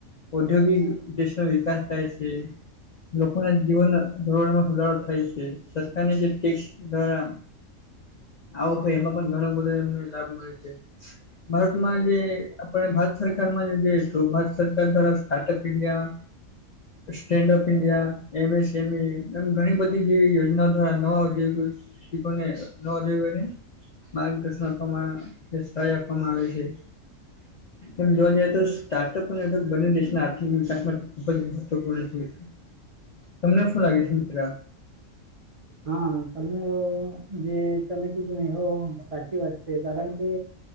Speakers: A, on the left; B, on the right.
A: ઔદ્યોગિક દેશ નું વિકાસ થાય છે. લોકો ના જીવન ધોરણમાં સુધારો થાય છે સરકારની જે ટેક્સ દ્વારા આવો ખે એમાં પણ ઘણો બધો એમને લાભ મળે છે ભારતમાં જે આપડે ભારત ભારત સરકારમાં જે ભારત સરકાર દ્વારા startup India standup India, M S એમલી એમ ઘણી બધી જેવી યોજના દ્વારા નવા ઉદ્યોગો ઠીકને ન દેવેને માર્ગદર્શન આપવામાં અસ્થાયી આપવામાં આવે છે. એ જોવા જઈએ તો સ્ટાર્ટઅપ પણ એ તો બંને દેશના આર્થિક વિકાસ માટે ખુબજ મહત્વપૂર્ણ છે. તમને શું લાગે છે મિત્રા?
B: હા તમે જે તમે કીધું ને એ સાચી વાત છે, કારણ કે